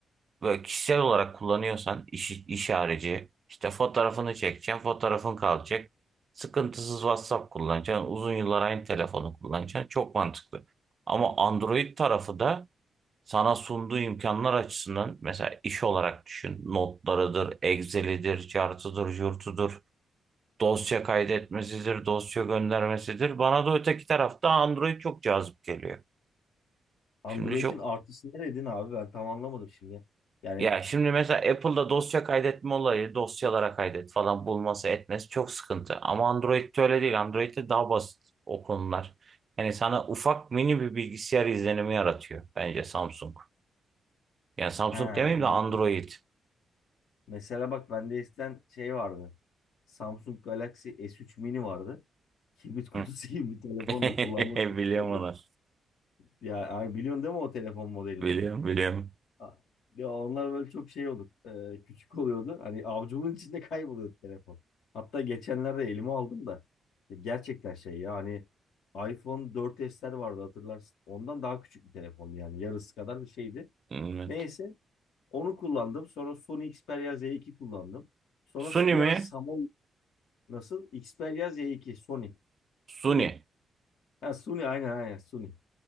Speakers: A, on the right; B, on the left.
A: böyle kişisel olarak kullanıyorsan iş, iş harici işte fotoğrafını çekeceksin fotoğrafın kalacak sıkıntısız WhatsApp kullanacaksın uzun yıllar aynı telefonu kullanacaksın çok mantıklı. Ama Android tarafı da sana sunduğu imkanlar açısından mesela iş olarak düşün notlarıdır, Excel'idir, chart'ıdır, jurt'udur dosya kaydetmesidir, dosya göndermesidir. Bana da öteki tarafta Android çok cazip geliyor.
B: Android'in
A: Şimdi çok
B: artısı neredin abi? Ben tam anlamadım şimdi. Yani
A: ya şimdi mesela Apple'da dosya kaydetme olayı, dosyalara kaydet falan bulması etmesi çok sıkıntı. Ama Android'de öyle değil. Android'de daha basit o konular. Yani sana ufak mini bir bilgisayar izlenimi yaratıyor bence Samsung. Yani Samsung
B: he anladım.
A: demeyeyim de Android.
B: Mesela bak bende eskiden şey vardı. Samsung Galaxy S3 Mini vardı. Kibrit kutusu
A: Hı.
B: <laughs> gibi bir telefondu.
A: <laughs>
B: Kullanması çok
A: Biliyorum
B: zordu.
A: onu.
B: Ya yani biliyorsun değil mi o telefon modelini?
A: Biliyorum, biliyorum.
B: A- Ya onlar böyle çok şey olur. e, küçük oluyordu. Hani avcumun içinde kayboluyordu telefon. Hatta geçenlerde elime aldım da. e, Gerçekten şey ya hani iPhone 4S'ler vardı hatırlarsın. Ondan daha küçük bir telefon yani. Yarısı kadar bir şeydi.
A: Evet.
B: Neyse onu kullandım. Sonra Sony Xperia Z2 kullandım. Sonra
A: Suni
B: bir
A: mi?
B: ara Samsung nasıl? Xperia Z2 Sony.
A: Suni.
B: Sony. Ha Sony aynen aynen Sony.